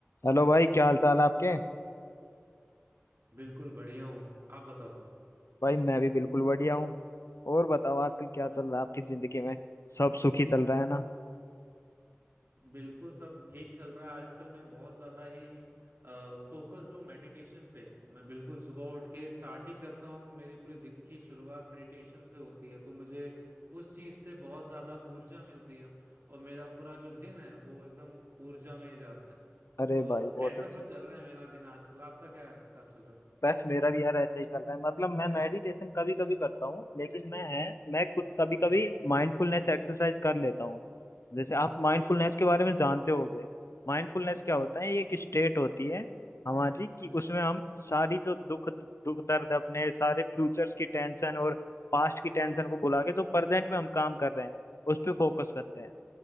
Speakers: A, on the left; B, on the right.
A: Hello भाई क्या हाल चाल है आपके
B: बिल्कुल बढ़िया हूँ आप बताओ
A: भाई मैं भी बिल्कुल बढ़िया हूँ और बताओ आजकल क्या चल रहा है आपकी जिंदगी में सब सुखी चल रहा है ना
B: बिल्कुल सब ठीक चल रहा है आजकल मैं बहुत ज्यादा ही फोकस्ड हूँ मेडिटेशन पे मैं बिल्कुल सुबह उठ के स्टार्ट ही करता हूँ मेरे पूरे दिन की शुरुआत मेडिटेशन से होती है तो मुझे उस चीज से बहुत ज्यादा ऊर्जा मिलती है और मेरा पूरा जो दिन है वो एकदम ऊर्जा में ही जाता है
A: अरे
B: तो
A: भाई बहुत
B: ऐसा
A: अच्छा
B: कुछ चल रहा है मेरा दिन आजकल आपका क्या हिसाब चल रहा है
A: बस मेरा भी यार ऐसा ही चल रहा है मतलब मैं मेडिटेशन कभी कभी करता हूँ लेकिन मैं है मैं कुछ कभी
B: हम्म,
A: कभी
B: हम्म।
A: माइंडफुलनेस एक्सरसाइज कर लेता हूँ जैसे आप माइंडफुलनेस के बारे में जानते होंगे माइंडफुलनेस क्या होता है ये एक स्टेट होती है हमारी कि उसमें हम सारी जो दुख दुख दर्द अपने सारे फ्यूचर्स की टेंशन और पास्ट की टेंशन को भुला के जो प्रेजेंट में हम काम कर रहे हैं उस पर फोकस करते हैं